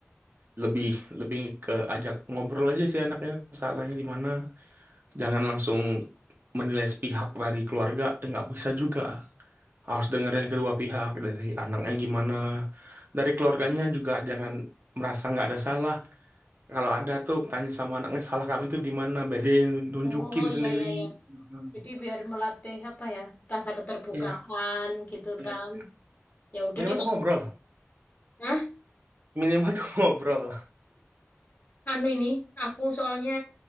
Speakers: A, on the right; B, on the left.
A: lebih lebih ke ajak ngobrol aja sih anaknya salahnya di mana. Jangan langsung menilai sepihak dari keluarga eh, nggak bisa juga
B: ya.
A: harus dengerin kedua pihak dari anaknya gimana dari keluarganya juga jangan merasa nggak ada salah kalau ada tuh tanya sama anaknya salah kami itu di mana biar dia nunjukin
B: Oh,
A: sendiri
B: ya ya ya.
A: mm
B: Jadi biar melatih apa ya? Rasa keterbukaan
A: Iya.
B: gitu
A: Iya.
B: kan. Ya udah
A: minimal
B: deh,
A: tuh
B: Kak.
A: ngobrol
B: Hah?
A: minimal tuh <laughs> ngobrol
B: Anu ini, aku soalnya